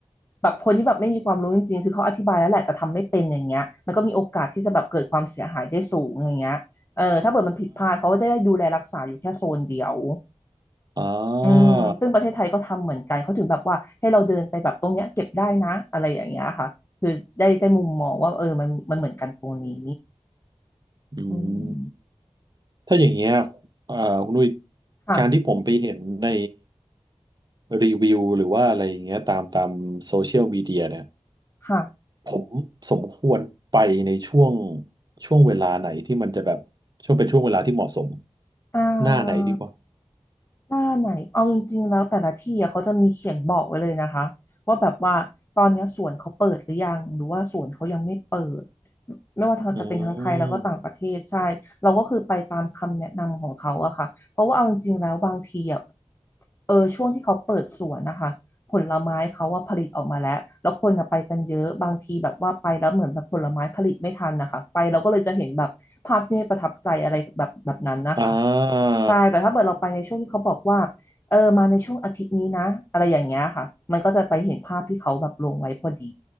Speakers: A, on the left; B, on the right.
A: แบบคนที่แบบไม่มีความรู้จริงๆคือเขาอธิบายแล้วแหละแต่ทำไม่เป็นอย่างเงี้ยมันก็มีโอกาสที่จะแบบเกิดความเสียหายได้สูงอย่างเงี้ยเออถ้าเกิดมันผิดพลาดเขาก็จะได้ดูแลรักษาอยู่แค่โซนเดียว
B: อ่
A: อืมซึ่งประเทศไทยก็ทำเหมือนกันเขาถึงแบบว่าให้เราเดินไปแบบตรงเนี้ยเก็บได้นะอะไรอย่างเงี้ยค่ะ
B: า
A: คือได้ได้มุมมองว่าเออมันมันเหมือนกันตรงนี้
B: อืม
A: อืม
B: ถ้าอย่างเงี้ยเอ่าคุณนุ้ย
A: ค่ะ
B: การที่ผมไปเห็นในรีวิวหรือว่าอะไรอย่างเงี้ยตามตามโซเชียลมีเดียเนี่ย
A: ค่ะ
B: ผมสมควรไปในช่วงช่วงเวลาไหนที่มันจะแบบช่วงเป็นช่วงเวลาที่เหมาะสม
A: อ่า
B: หน้าไหนดีกว่า
A: หน้าไหนเอาจริงๆแล้วแต่ละที่อะเขาจะมีเขียนบอกไว้เลยนะคะว่าแบบว่าตอนเนี้ยสวนเขาเปิดหรือยังหรือว่าสวนเขายังไม่เปิดไม่ว่าจะเป็นทั้งไทยแล้วก็ต่างประเทศใช่เราก็คือไปตามคำแนะนำของเขาอะค่ะเพราะว่าเอาจริงๆแล้วบางทีอะ
B: อืม
A: เออช่วงที่เขาเปิดสวนนะคะผลไม้เขาว่าผลิตออกมาแล้วแล้วคนอะไปกันเยอะบางทีแบบว่าไปแล้วเหมือนแบบผลไม้ผลิตไม่ทันนะคะไปเราก็เลยจะเห็นแบบภาพที่ไม่ประทับใจอะไรแบบแบบนั้นนะคะ
B: อ่า
A: ใช่แต่ถ้าเกิดเราไปในช่วงที่เขาบอกว่าเออมาในช่วงอาทิตย์นี้นะอะไรอย่างเงี้ยค่ะมันก็จะไปเห็นภาพที่เขาแบบลงไว้พอดี